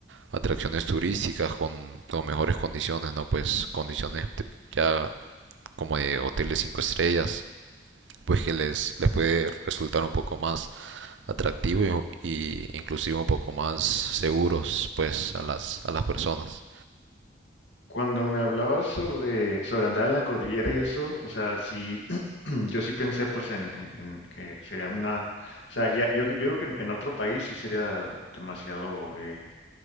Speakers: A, on the right; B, on the left.
A: atracciones turísticas con, con mejores condiciones, ¿no? Pues condiciones ya como de hoteles 5 estrellas, pues que les, les puede resultar un poco más atractivo y, y inclusive un poco más seguros, pues, a las, a las personas.
B: Cuando me hablabas sobre, sobre andar en la cordillera y eso, o sea, sí, <clears throat> yo sí pensé pues en, en- en que sería una, o sea, ya, yo, yo creo que en, en otro país sí sería demasiado eh,